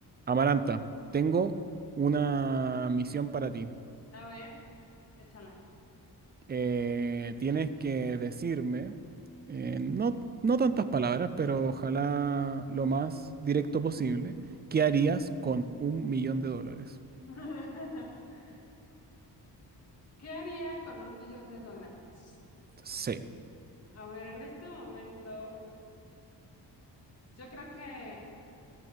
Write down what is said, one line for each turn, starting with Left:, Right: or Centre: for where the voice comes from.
Right: Amaranta, tengo una misión para ti.
Left: A ver, échala.
Right: Eh, tienes que decirme, eh, no, no tantas palabras, pero ojalá lo más directo posible, ¿qué harías con un millón de dólares?
Left: <laughs> ¿Qué haría con un millón de dólares?
Right: Sí,
Left: A ver, en este momento, yo creo que,